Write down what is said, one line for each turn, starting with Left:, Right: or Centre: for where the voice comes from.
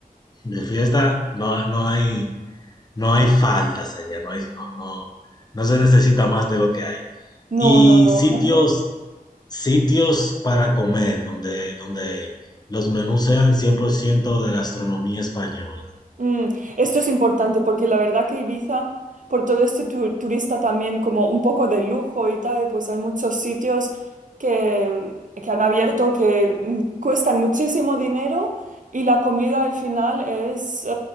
Left: De fiesta no, no hay, no hay faltas allá, no hay, no, no, no se necesita más de lo que hay.
Right: No,
Left: Y
Right: no, no.
Left: sitios Sitios para comer donde donde los menús sean 100% de gastronomía española.
Right: Mm, esto es importante porque la verdad que Ibiza, por todo este tu- turista también como un poco de lujo y tal, pues hay muchos sitios que, que han abierto que mm, cuestan muchísimo dinero y la comida al final es, eh,